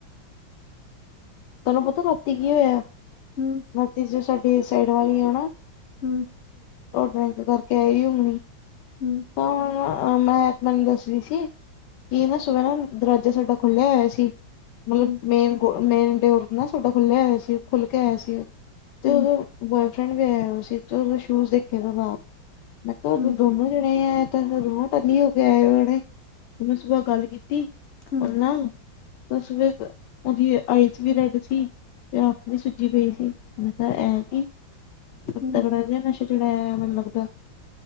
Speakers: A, on the left; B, on the left.
A: ਤੁਹਾਨੂੰ ਪਤਾ ਰਾਤੀ ਕੀ ਹੋਇਆ।
B: ਹਮ।
A: ਰਾਤੀਂ ਜਿਹੜੇ ਸਾਡੀ ਸਾਈਡ ਵਾਲੀ ਆ ਨਾ।
B: ਹਮ
A: ਔ ਬੇੰਕ ਕਰਕੇ ਆ ਹੋਨੀ।
B: ਹਮ
A: ਤਾਂ ਹੁਣ ਮੈਂ ਇਕ ਗੱਲ ਦੱਸ ਰਹੀ ਸੀ। ਕੀ ਨਾ ਸਵੇਰੇ ਨਾ, ਦਰਵਾਜਾ ਸਾਡਾ ਖੁੱਲਿਆ ਹੋਇਆ ਸੀ। ਮਤਲਬ
B: ਹਮ
A: ਮੇਨ-ਮੇਨ ਡੋਰ ਨਾ ਸਾਡਾ ਖੁੱਲਿਆ ਹੋਇਆ ਸੀ। ਖੁੱਲ ਕੇ ਆਇਆ ਸੀ। ਤੇ
B: ਹਮ
A: ਉਹ ਬੋਆਏਫਰੈਂਡ ਵੀ ਆਇਆ ਹੋਆ ਸੀ <unintelligible> ਸ਼ੂਜ ਦੇਖੇ ਵ ਬਾਰ ਮੈਂ ਕਿਹਾ ਉਹ
B: ਹਮ
A: ਦੋ ਦੋ ਜਣੇ ਆਏ ਟੱਲੀ ਹੋ ਕੇ ਆਏ ਹੋਏ, ਉਸ ਤੋਂ ਬਾਅਦ ਗੱਲ ਕੀਤੀ।
B: ਹਮ
A: ਉਹ ਨਾ ਬਸ ਉਹਦੀ ਆਈ। ਵੀ ਰੈਡ ਸੀ ਤੇ ਅੱਖ ਨੀ ਸੁਜੀ ਪਈ ਸੀ ਮਤਲਬ ਇਹ ਕੀ
B: ਹਮ
A: ਤਗੜਾ ਜ ਨਸ਼ੇ ਚੜਿਆ ਮੈਨੂੰ ਲੱਗਦਾ।